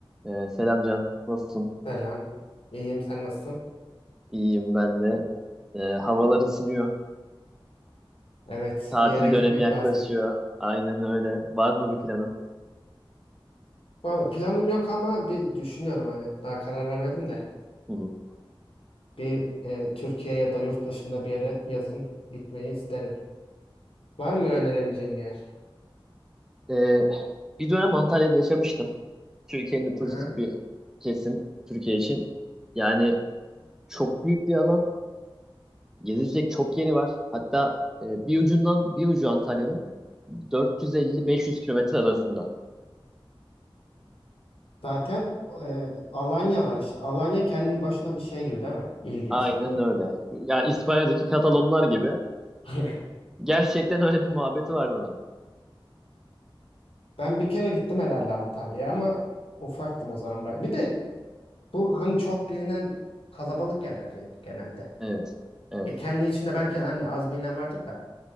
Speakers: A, in the centre; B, on the left.
A: Ee, selam Can, nasılsın?
B: Selam. İyiyim, sen nasılsın?
A: İyiyim ben de. Ee, havalar ısınıyor.
B: Evet,
A: Tatil
B: bir yere gitmek
A: dönemi yaklaşıyor.
B: lazım.
A: Aynen öyle. Var mı bir planın?
B: Valla planım yok ama bir düşünüyorum hani daha karar vermedim de.
A: Hı hı.
B: Bir e, Türkiye ya da yurt dışında bir yere yazın gitmeyi isterim. Var mı önerebileceğim bir yer?
A: Ee, bir dönem Antalya'da yaşamıştım. Türkiye'nin de turistik
B: Hı.
A: bir kesim Türkiye için. Yani çok büyük bir alan. Gezilecek çok yeri var. Hatta e, bir ucundan bir ucu Antalya'nın 450-500 kilometre arasında.
B: Zaten e, Alanya var işte. Alanya kendi başına bir şey gibi değil mi? İl gibi
A: Aynen
B: sanki.
A: öyle. Yani İspanya'daki Katalonlar gibi.
B: <laughs>
A: Gerçekten öyle bir muhabbeti vardı onun.
B: Ben bir kere gittim herhalde Antalya'ya ama ufaktım o zaman. bay- Bir de bu hani çok bilinen kalabalık yerler ya genelde.
A: Evet, evet.
B: E, kendi içinde belki hani az bilinen vardır da.